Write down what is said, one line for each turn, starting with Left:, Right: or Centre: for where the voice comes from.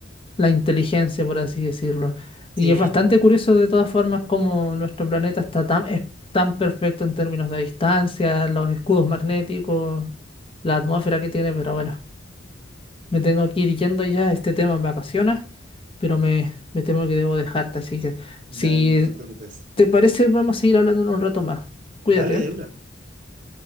Left: la inteligencia, por así decirlo.
Right: sí,
Left: Y es bastante
Right: no.
Left: curioso de todas formas cómo nuestro planeta está tan, es tan perfecto en términos de distancia, los escudos magnéticos, la atmósfera que tiene, pero bueno, me tengo que ir yendo ya, este tema me apasiona, pero me, me temo que debo dejarte, así que si
Right: Dale, no te preocupes.
Left: te parece vamos a seguir hablando en un rato más. Cuídate,
Right: Dale
Left: ¿eh?
Right: de una.